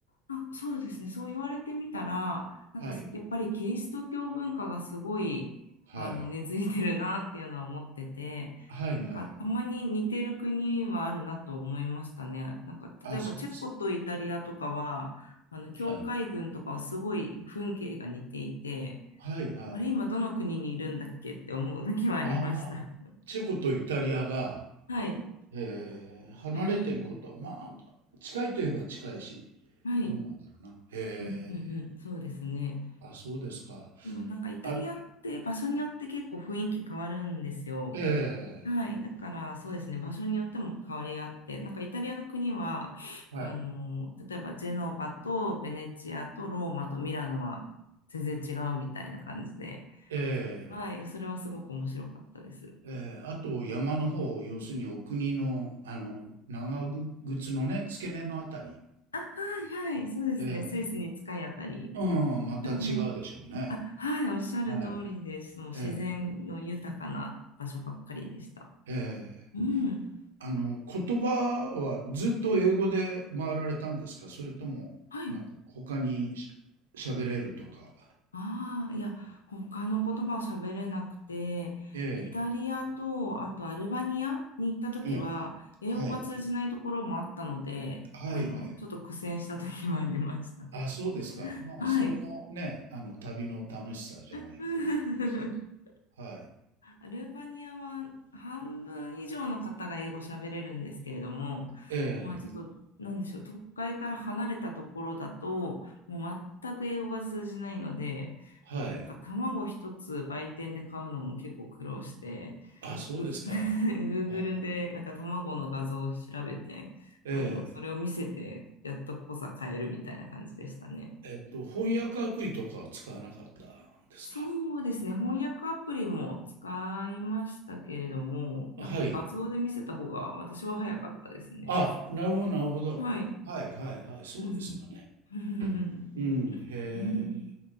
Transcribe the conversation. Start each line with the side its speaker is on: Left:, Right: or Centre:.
Left: あ、そうですね。そう言われてみたら、なんかやっぱりキリスト教文化がすごい、
Right: はい。はい。
Left: あの、根付いてるなっていうのは思ってて、
Right: はい、
Left: なんかたまに似てる国はあるなと思いましたね。
Right: はい。
Left: なんか例えばチェコとイタリアとかは、
Right: あ、そうですか。
Left: あの、教会軍とかはすごい風景が似ていて、
Right: はい。はい、はい。
Left: あれ、今どの国にいるんだっけって思う時はありました。
Right: ああ、チェコとイタリアが、
Left: はい。
Right: えー離れてることは、
Left: うん。
Right: まあ、近いといえば近いし、
Left: はい。
Right: どうなんだろうな。へえ、
Left: うんうんうん。そうですね。
Right: あ、そうですか。
Left: もうなんかイタリアって場所によって結構雰囲気変わるんですよ。
Right: あ、ええ、
Left: はい。だからそうですね、場所によっても変わりあって、なんかイタリアの国は、
Right: はい。
Left: あの、例えばジェノバとベネチアとローマとミラノは全然違うみたいな感じで、
Right: え
Left: はい。それはすごく面白かったです。
Right: え、ええ、あと山の方、要するにお国の、あの、長靴のね、付け根のあたり。
Left: あ、あはいはい。そうですね、
Right: え
Left: スイスに近いあたり。
Right: え、うん、また違うでしょうね。
Left: うんうん。あ、はい。おっしゃる通りです。
Right: はい。
Left: もう自然の豊かな場所ばっかりでした。
Right: ええ、ええ。
Left: うん。
Right: あの、言葉はずっと英語で回られたんですか？それとも、
Left: はい
Right: なんか他にし喋れるとか。
Left: ああ、いや、他の言葉を喋れなくて、
Right: え
Left: イタリアと、あとアルバニアに行った時は、
Right: え、ええ、
Left: 英語が通じないところもあったので、
Right: はい。はいはい。
Left: あの、ちょっと苦戦した時もありました。
Right: あ、そうですか。まあ、
Left: はい。
Right: それもね、あの、旅の楽しさじゃないかなと思うんですけど。
Left: <laughs>
Right: はい。
Left: アルバニアは半分以上の方が英語喋れるんですけれども、
Right: ええ、
Left: まあ、ちょっと、なんでしょう、都会から離れたところだと、もう全く英語が通じないので、
Right: はい。
Left: なんか卵一つ売店で買うのも結構苦労して、
Right: あ、そうですか。
Left: グ、<laughs> Google
Right: はい。
Left: でなんか卵の画像を調べて、
Right: え
Left: あの、それを見せて、やっとこさ買えるみたいな感じでしたね。
Right: え、えっと、翻訳アプリとかは使わなかったんですか？
Left: そうですね。翻訳アプリも使いましたけれども、なんか画像で見せた方が私は早かったですね。
Right: はい。あ、なるほどなるほど。
Left: はい。
Right: はいはいはい、そうですよね。
Left: うんうん。<laughs>
Right: うん、へえ。
Left: うん。